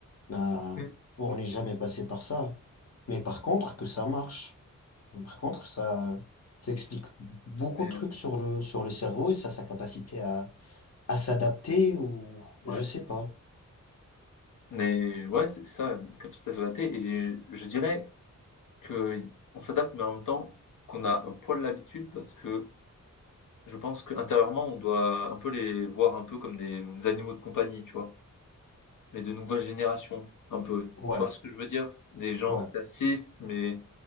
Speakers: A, on the left (about 50°); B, on the left (about 75°).
A: n'a-
B: Mm.
A: on n'est jamais passé par ça. Mais par contre, que ça marche. Par contre, ça, ça explique beaucoup
B: Mais
A: de trucs sur le, sur le cerveau et ça, sa capacité à, à s'adapter ou je
B: ouais,
A: sais pas.
B: mais ouais, c'est ça, la capacité à s'adapter. Et je dirais que on s'adapte, mais en même temps qu'on a un poil l'habitude, parce que je pense qu'intérieurement, on doit un peu les voir un peu comme des animaux de compagnie, tu vois. Mais de nouvelle génération, un peu.
A: Ouais,
B: Tu vois ce que je veux dire? Des gens
A: ouais,
B: qui t'assistent, mais